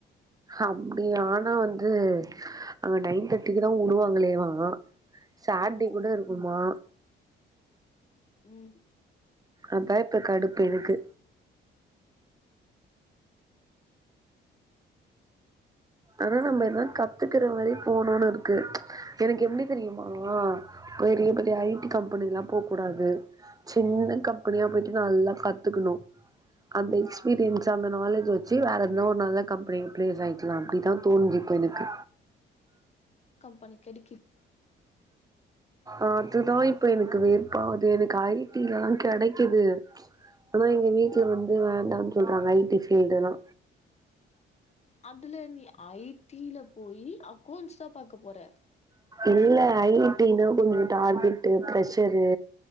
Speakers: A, on the right; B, on the left.
A: அப்டியா ஆனா வந்து அங்க நைன் தர்ட்டிக்கு தான் உடுவாங்களே வா சார்ட்டே
B: ஆமா.
A: கூட இருக்குமா
B: ம்
A: அதான் இப்ப கடுப்பு எனக்கு ஆனா நம்ப இத கத்துக்கற மாரி போனும்ன்னு இருக்கு எனக்கு எப்டி தெரியுமா பெரிய பெரிய ஐ டி கம்பெனிலா போகூடாது சின்ன
B: ம்.
A: கம்பெனியா போய் நல்லா கத்துக்கணும் அந்த எக்ஸ்பீரியன்ஸ் அந்த நாலேஜ் வச்சு வேற எதுனா ஒன்னு நல்ல கம்பெனி பிளேஸ் ஆய்க்கலாம் அப்டி த்தா தோணுது இப்ப எனக்கு
B: பண்ணிகடி
A: ஆம் இதுதா இப்ப எனக்கு வெறுப்பாவுது எனக்கு ஐ டில்லா கெடைக்குது ஆனா எங்க வீட்ல வந்து வேண்டான் சொல்றாங்க ஐ டி ஃபீல்டுல்லா
B: அதுல நீ ஐ டில போயி அக்கோண்ஸ்தா பாக்க போற
A: இல்ல ஐ டினா கொஞ்சோ டார்கெட்டு பிரெஷரு